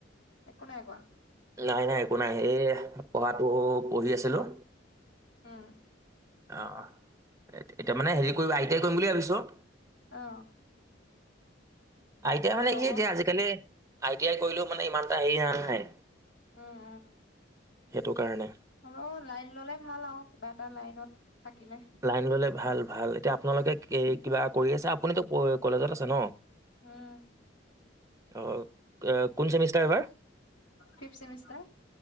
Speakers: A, on the left; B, on the right.
A: একো নাই কোৱা
B: নাই, নাই একো নাই এই পঢ়াতটো পঢ়ি আছিলোঁ।
A: উম।
B: অ', এতিয়া মানে হেৰি কৰিব আইটাই কৰিম বুলি ভাবিছোঁ।
A: অ'।
B: আই টি আই মানে
A: লগৰ
B: কি এতিয়া আজিকালি আই টি আই কৰিলেও মানে ইমান এটা হেৰি নাই।
A: উম, উম।
B: সেইটো কাৰণে।
A: হ'লেও লাইন ললে ভাল আৰু কিবা এটা লাইনত থাকিলে।
B: লাইন ললে ভাল, ভাল এতিয়া আপোনালোকে কিবা কৰি আছে আপুনিতো কলেজত আছে ন
A: উম
B: অ', কোন চেমিষ্টাৰ হয়?
A: Fifth semester.